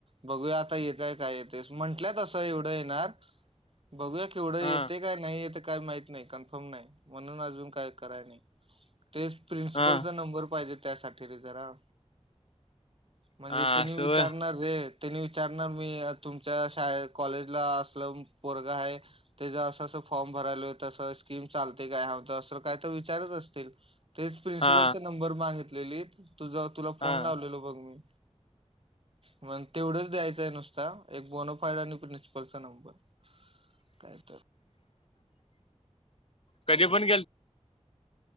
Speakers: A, on the right (about 50°); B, on the left (about 55°).
A: बघूया आता येतय काय येतेस म्हंटलं तसं एवढं येणार बघूया केवढं येते
B: हा
A: काय नाहीेत काही माहित नाही कन्फर्म नाही म्हणून अजून काय कराय नाही ते प्रिन्सिपलचा
B: हा
A: नंबर पाहिजे त्यासाठी रे जरा... म्हणजे
B: हा
A: त्यांनी
B: असं
A: विचारणार..
B: व्हय
A: अरे त्यांनी विचार ना मी तुमच्या शाळेत कॉलेजला असलं पोरग आहे.. तेचा अस अस फॉर्म भरायला तसं स्कीम चालते काय हत असं काय तर विचारच असतील.. तेच प्रिन्सिपलचा
B: हा
A: नंबर मागितलेली तुझ तुला फोन
B: हा
A: लावलेलो बघ मी... मग तेवढंच द्यायचंय नुसता एक बोनोफायड आणि प्रिन्सिपलचा नंबर... काय तर.
B: कधी पण गेल...